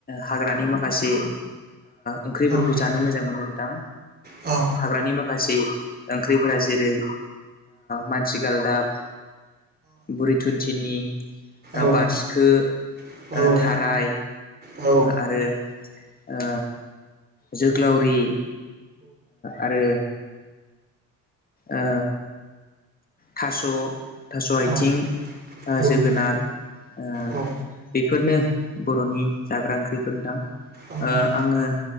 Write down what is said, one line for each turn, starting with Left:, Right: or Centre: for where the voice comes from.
Left: हाग्रानि माखासे ओंख्रिफोरखौ
Right: नोंथां
Left: जानो मोजां मोनो नोंथां
Right: औ
Left: हाग्रानि माखासे ओंख्रिफोरा जेरै मानसिगाल दाब बुरि थुुनथिनि।
Right: औ
Left: बारसिखो ओ
Right: औ औ
Left: थाराय
Right: औ
Left: आरो ओ जोग्लावरि। आरो ओ थास' थास' आइथिं।
Right: औ
Left: ओ
Right: नोंथां
Left: जोगोनार ओ
Right: औ
Left: बेफोरनो बर'नि जाग्रा ओंख्रिफोर नोंथां
Right: औ नोंथां
Left: ओ आङो